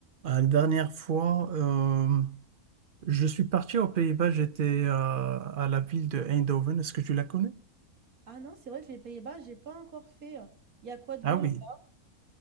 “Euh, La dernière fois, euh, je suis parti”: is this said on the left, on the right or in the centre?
Right